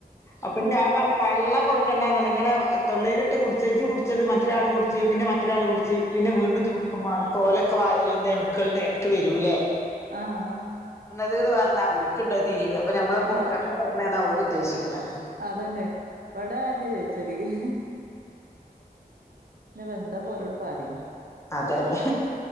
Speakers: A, on the left (about 15°); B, on the right (about 65°).
A: അപ്പൊ ഞാൻ പറഞ്ഞ് വെള്ളം കൊടുക്കണ്ടന്നല്ല ഇങ്ങനെ തൊള്ളലിട്ട് കുടിച്ചേജ് കുടിച്ചത് മറ്റൊരാൾ കുടിച്ച് പിന്നെ മറ്റൊരാൾ കുടിച്ച് പിന്നെ വീണ്ടും ചൂ ക്കും മാൽക്കോലൊക്ക വായേൽ എന്തേയ്യണംണുക്കൾടെനിക്ക് വരൂലേ
B: ആ ആ
A: തേത് പറഞ്ഞാൽഉൽക്കിണ്ട് തിരീരം അപ്പൊ നമ്മള്
B: ആഹ്
A: കൊടുക്കണ്ട <unintelligible> ന്നേതാ ഒൽ ഉദ്ദേശിക്കുന്നത്
B: അതന്നെ ഇവിട എന്റയേച്ചി ഡിഗ്രി നി വെന്ത പോലോട് പറയണേ
A: അതെന്നെ